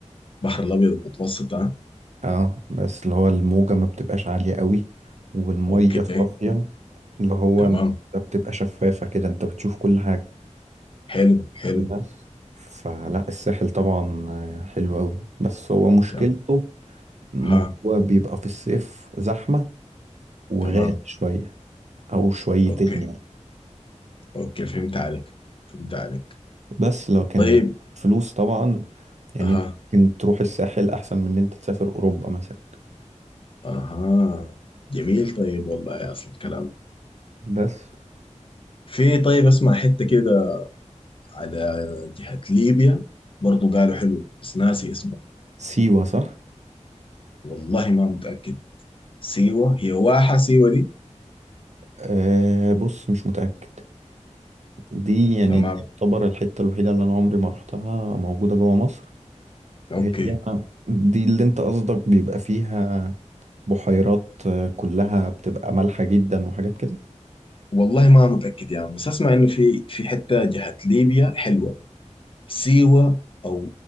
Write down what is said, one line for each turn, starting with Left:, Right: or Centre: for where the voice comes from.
Left: بحر الابيض المتوسط ها
Right: اه بس اللي هو الموجة ما بتبقاش عالية قوي والمية
Left: اوكي
Right: صافية اللي هو
Left: تمام
Right: انت بتبقى شفافة كده انت بتشوف كل حاجة
Left: حلو حلو
Right: بس فلا الساحل طبعا آه، حلو قوي بس هو مشكلته
Left: تمام
Right: ان
Left: ها
Right: هو بيبقى في الصيف زحمة وغالي
Left: تمام
Right: شوية او شويتين
Left: اوكي
Right: يعني
Left: اوكي فهمت عليك فهمت عليك
Right: بس لكن
Left: طيب
Right: لو معاك فلوس طبعا يعني
Left: اها
Right: انت ممكن تروح الساحل احسن من ان انت تسافر اوروبا مثلا
Left: اها جميل طيب والله يا اصل الكلام
Right: بس
Left: في طيب اسمع حتة كده على جهة ليبيا برضو قالوا حلو بس ناسي اسمه
Right: سيوة صح؟
Left: والله ما متأكد سيوة هي واحة سيوة دي
Right: أه بص مش متأكد دي يعني
Left: تمام
Right: دي يعتبر الحتة الوحيدة اللي أنا عمري ما روحتها موجودة جوا مصر
Left: اوكي
Right: هي دي اللي أنت قصدك بيبقى فيها بحيرات آه، كلها بتبقى مالحة جدا وحاجات كده
Left: والله ما متأكد يعني بس أسمع إنه في في حتة جهة ليبيا حلوة سيوة أو